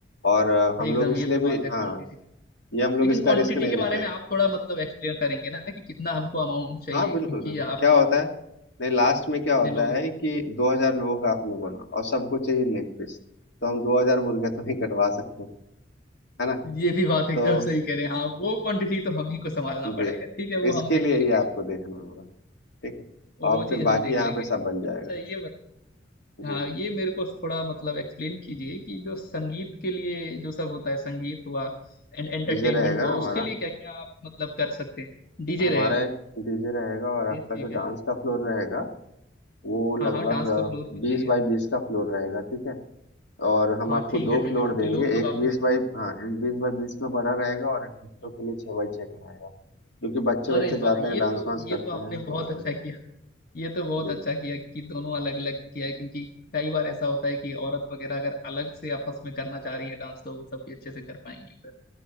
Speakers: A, on the left (about 70°); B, on the left (about 50°).
A: और अ, हम
B: एकदम
A: लोग इसलिए
B: ये तो
A: भी
B: बात है क्वांटिटी
A: हाँ ये हम लोग
B: लेकिन
A: इसका
B: क्वांटिटी
A: रिस्क नहीं
B: के
A: लेते
B: बारे
A: हैं
B: में आप थोड़ा मतलब एक्सप्लेन करेंगे ना कि कितना हमको अमाउंट चाहिए
A: हाँ बिल्कुल
B: क्योंकि
A: बिल्कुल
B: आप
A: क्या होता है नहीं लास्ट में क्या
B: कितने
A: होता
B: लोग हैं
A: है कि 2000 लोगों का आपने बोला और सबको चाहिए लेग पीस तो हम 2000 मुर्गे तो नहीं कटवा सकते
B: <laughs>
A: है ना
B: ये भी बात एकदम
A: तो
B: सही करें हाँ वो क्वांटिटी तो हम ही को संभालना
A: जी
B: पड़ेगा
A: तो
B: ठीक है वो
A: इसके
B: हम देख
A: लिए
B: लेंगे
A: ये आपको देखना होगा ठीक है
B: वो
A: और
B: चीज
A: फिर
B: हम
A: बाकी
B: देख
A: यहाँ
B: लेंगे
A: पे सब बन जाएगा
B: अच्छा ये हाँ
A: जी
B: ये मेरे को थोड़ा मतलब एक्सप्लेन कीजिए कि जो संगीत के लिए जो सब होता है संगीत हुआ एंड एंटरटेनमेंट
A: डीजे रहेगा
B: हुआ
A: हमारा
B: उसके लिए क्या क्या आप मतलब कर सकते हैं डीजे
A: हमारा
B: रहेगा
A: एक डीजे रहेगा
B: ओके
A: और आपका
B: ठीक
A: जो
B: है
A: डांस का फ्लोर रहेगा वो लगभग
B: हाँ हाँ डांस का फ्लोर भी चाहिए
A: बीस
B: हमें
A: बाई बीस का फ्लोर रहेगा ठीक है और हम
B: हाँ
A: आपको
B: ठीक
A: दो
B: है ठीक
A: फ्लोर
B: है क्योंकि
A: देंगे
B: लोग तो
A: एक
B: काफी
A: बीस
B: हैं
A: बाई हाँ एक बीस बाई बीस में बड़ा रहेगा और एक बच्चों के लिए छः बाई छः का रहेगा क्योंकि बच्चे बच्चे
B: अरे वाह
A: जाते
B: ये
A: हैं डांस
B: तो
A: वांस
B: ये
A: करते
B: तो आपने
A: हैं तो
B: बहुत अच्छा
A: हाँ
B: किया ये तो बहुत
A: जी
B: अच्छा किया कि दोनों अलग अलग किया है क्योंकि कई बार ऐसा होता है कि औरत वगैरह अगर अलग से आपस में करना चाह रही है डांस तो वो सब भी अच्छे से कर पाएंगी उधर